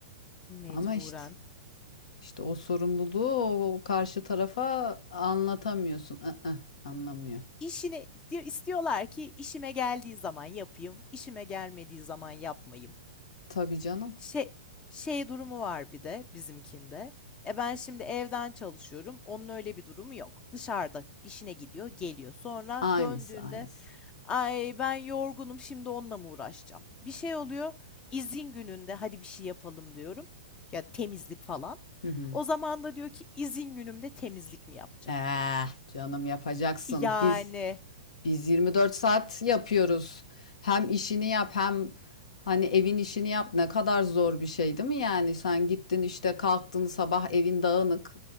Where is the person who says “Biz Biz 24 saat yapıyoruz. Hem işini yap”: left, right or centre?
Left